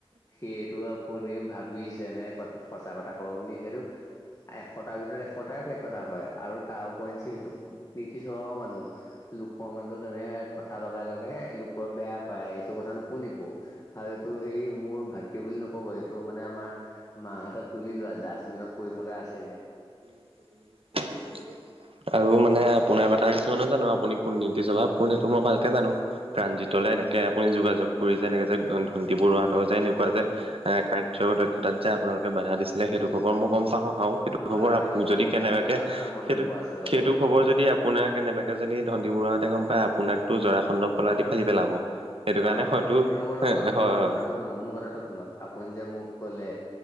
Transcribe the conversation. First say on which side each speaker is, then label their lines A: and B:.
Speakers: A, on the left; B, on the right.
A: সেইটো আপুনি ভাবিছেনে কথা সঁচা কথা কব বুলি, সেইটো এশটাৰ ভিতৰত এশটাই চেক কথা কয় আ। আৰু তাৰ ওৰিঞ্চি সেইটো নীতি স্বভাৱৰ মানুহ। লোকৰ মাজত এনে কথা লগাই লগাইে লোকৰ বেয়া কৰে, এইটোৰ কথা নুশুনিব। আৰু এইটো হেৰি মোৰ ভাতৃ বুলি নক'ব, এইটো মানে আমাৰ মাহতে তুলি লোৱা আৰু ডাষ্টবিনত পৰি থকা আছিলে।
B: প্ৰতিনিধিত্ব কৰিবলৈ দিয়ে তেনে আৰু মানে আপোনাৰ কথা কিছুমানে জানো, আপুনি কোন নীতি স্বভাৱ, কোন সেইটো মই ভালকে জানো। প্ৰাণজিতলে এনেকৈ আপুনি যোগায কৰি যে, এনেকৈ যে ধণ্টি বৰুৱাহঁতক যে এনেকুৱা যে এ, কাৰ্য দক্ষতাত যে আপোনালোকে বাধা দিছিলে সেইটো খবৰ মই গম পাওঁ আৰু। সেইটো
A: হয়
B: খবৰ
A: হয় ৰ'ব
B: যদি
A: মোৰ
B: কেনেবাকে,
A: তাত মোৰ তাত এটা মন্তব্য
B: সেইটো
A: আছে ৰ'ব
B: সেইটো
A: ৰ'ব।
B: খবৰ যদি আপোনাৰ কেনেবাকে যদি ধন্দি বৰুৱাহঁতে গম পায় আপোনাকতো জৰা খণ্ডৰ পলাদি ফালি পেলাব। সেইটো কাৰণে
A: অ' হয়,
B: হয়তো
A: ৰ'ব ৰ'ব
B: হয়
A: আপুনি
B: হয়
A: মোৰ কথাটো শুনক মোৰ কথাটো শুনক, আপুনি যে মোক ক'লে